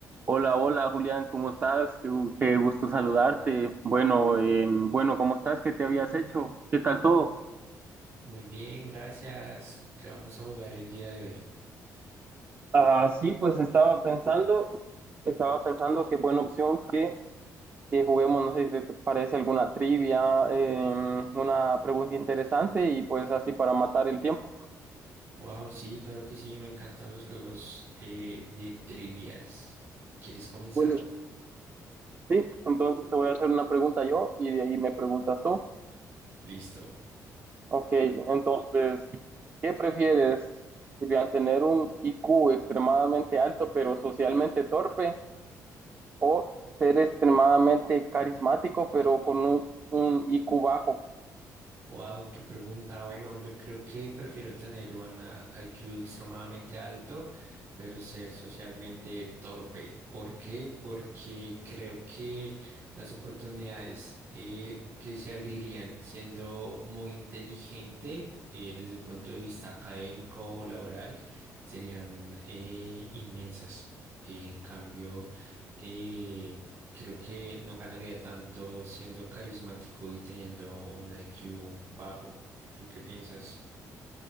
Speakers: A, on the right; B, on the right.
A: Hola, hola Julián, ¿cómo estás? Qué, gu- qué gusto saludarte. Bueno, eh, bueno, ¿cómo estás? ¿Qué te habías hecho? ¿Qué tal todo?
B: Muy bien, gracias. ¿Qué vamos a jugar el día de hoy?
A: Ah, sí, pues estaba pensando, estaba pensando qué buena opción que, que juguemos, no sé si te te parece alguna trivia, eh, una pregunta interesante y pues así para matar el tiempo.
B: Wow, sí, claro que sí, me encantan los juegos eh, de trivias. ¿Quieres comenzar?
A: Bueno, sí, entonces te voy a hacer una pregunta yo y de ahí me preguntas tú.
B: Listo.
A: Ok, entonces, ¿qué prefieres, Julián, tener un IQ extremadamente alto pero socialmente torpe o ser extremadamente carismático pero con un, un IQ bajo?
B: Wow, qué pregunta. Bueno, yo creo que prefiero tener un ah, IQ extremadamente alto, pero ser socialmente torpe. ¿Por qué? Porque creo que las oportunidades eh, que se abrirían siendo muy inteligente eh, desde el punto de vista académico o laboral serían eh, inmensas. En cambio, eh, Creo que no ganaría tanto siendo carismático y teniendo un IQ bajo. ¿Tú qué piensas?